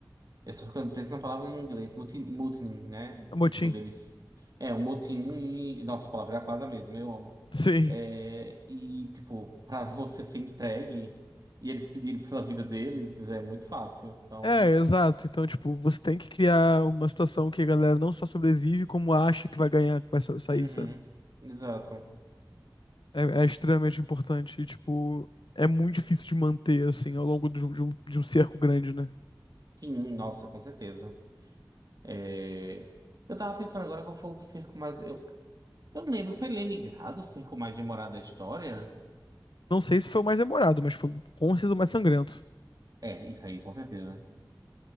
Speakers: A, on the right; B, on the left.
A: Eu só fico penso na palavra em inglês, muti- mutiny, né?
B: Motim.
A: Tipo, deles. É, um motim e. Nossa, a palavra é quase a mesma, eu amo.
B: <laughs> Sim.
A: É, e, tipo, pra você ser entregue e eles pedirem pela vida deles, é muito fácil. Então.
B: É, exato. Então, tipo, você tem que criar uma situação que a galera não só sobrevive, como acha que vai ganhar, que vai sa- sair,
A: Uhum,
B: sabe?
A: exato.
B: É, é extremamente importante. E, tipo, é muito difícil de manter, assim, ao longo de um, de um, de um cerco grande, né?
A: Sim, nossa, com certeza. É, eu tava pensando agora qual foi o cerco mais. Eu, eu não lembro, foi Leningrado o cerco mais demorado da história?
B: Não sei se foi o mais demorado, mas foi com certeza o mais sangrento.
A: É, isso aí, com certeza.